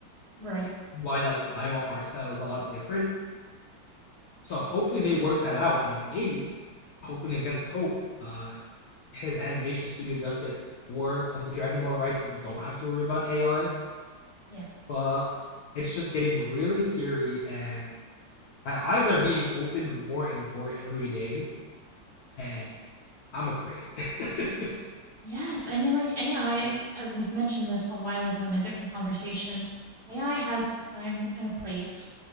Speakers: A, on the right (about 45°); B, on the left (about 70°).
A: Right.
B: why like the Daima art style is a lot different. So hopefully they work that out and maybe hoping against hope, uh, his animation studio does get more of the Dragon Ball rights, and we don't have to worry about AI.
A: Yeah.
B: But it's just getting really scary, and my eyes are being opened more and more every day, and I'm afraid. <laughs>
A: Yes, I mean, like AI, uh, we've mentioned this a while ago in a different conversation. AI has a time and a place,